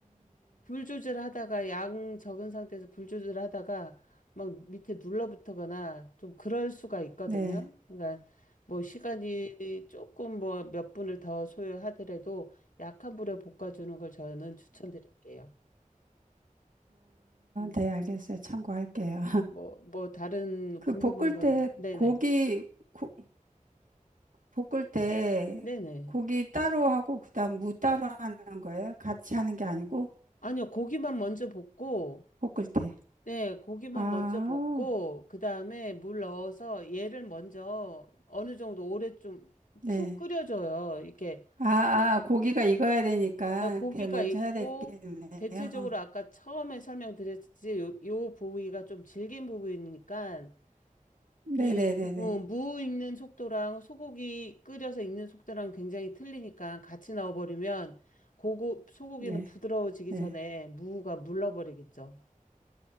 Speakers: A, on the left; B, on the right.
A: 불 조절하다가 양 적은 상태에서 불 조절하다가 막 밑에 눌러붙거나 좀 그럴 수가 있거든요.
B: 네네음음네네네아네
A: 그러니까 뭐 시간이 조금 뭐 몇 분을 더 소요하더라도 약한 불에 볶아주는 걸 저는 추천드릴게요. 음.
B: 알겠어요. 참고할게요.
A: 뭐, 뭐 다른
B: 그
A: 궁금한
B: 볶을
A: 건
B: 때
A: 네네.
B: 고기 고, 볶을 때
A: 네네.
B: 고기 따로 하고 그다음 무 따로 하는 거예요? 같이 하는 게 아니고
A: 아니요, 고기만 먼저 볶고
B: 볶을 때.
A: 네, 고기만
B: 아,
A: 먼저 볶고 그다음에 물 넣어서 얘를 먼저 어느 정도 오래 좀
B: 네.
A: 푹 끓여줘요. 이렇게
B: 아, 아, 고기가 익어야 되니까
A: 고기가
B: 그게 먼저
A: 있고
B: 해야 되겠네요.
A: 대체적으로 아까 처음에 설명드렸듯이 요, 요 부위가 좀 질긴 부위니까 이
B: 네네네네.
A: 무, 어, 무 익는 속도랑 소고기 끓여서 익는 속도랑 굉장히 틀리니까 같이 넣어버리면 고고, 소고기는
B: 네,
A: 부드러워지기
B: 네.
A: 전에 무가 물러버리겠죠.